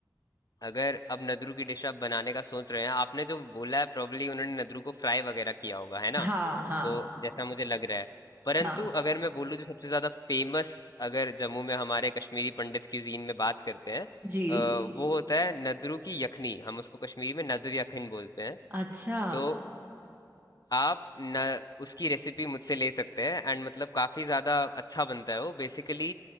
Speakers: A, on the left; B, on the right.
A: अगर अब नदरू की डिश आप बनाने का सोच रहे हैं आपने जो बोला है प्रोबली उन्होंने नदरू को फ्राई वगैरह किया होगा है ना
B: हाँ हाँ
A: तो जैसा मुझे लग रहा है परंतु
B: हाँ
A: अगर मैं बोलूँ जो सबसे ज्यादा फेमस अगर जम्मू में हमारे कश्मीरी पंडित क्यूजीन में बात करते हैं
B: जी
A: अ, वो होता है नदरू की यखनी हम उसको कश्मीरी में नदर यखन बोलते हैं
B: अच्छा
A: तो आप न उसकी रेसिपी मुझसे ले सकते हैं एंड मतलब काफी ज्यादा अच्छा बनता है वो बेसिकली